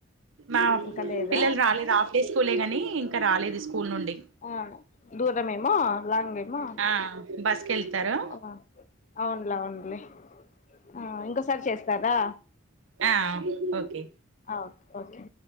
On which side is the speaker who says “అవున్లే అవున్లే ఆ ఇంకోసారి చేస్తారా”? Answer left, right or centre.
Left